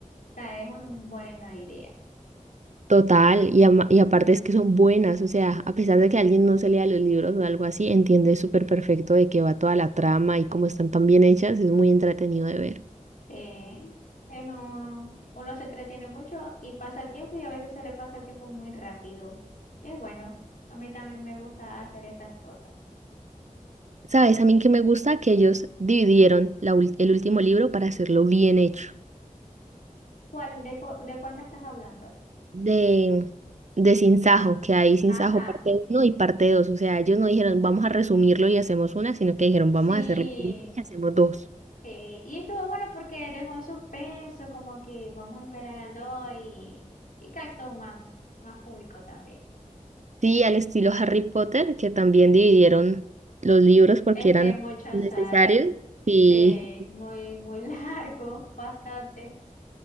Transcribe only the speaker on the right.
Total, y, ama- y aparte es que son buenas, o sea, a pesar de que alguien no se lea los libros o algo así, entiende súper perfecto de qué va toda la trama y cómo están tan bien hechas, es muy entretenido de ver.
¿Sabes? A mí que me gusta que ellos dividieron la ul- el último libro para hacerlo bien hecho.
De, de Sinsajo, que hay Sinsajo
parte uno y parte dos o sea, ellos no dijeron vamos a resumirlo y hacemos una, sino que dijeron
vamos a hacerlo bien y hacemos dos.
Sí, al estilo Harry Potter, que también dividieron los libros porque
eran
necesarios.
Sí,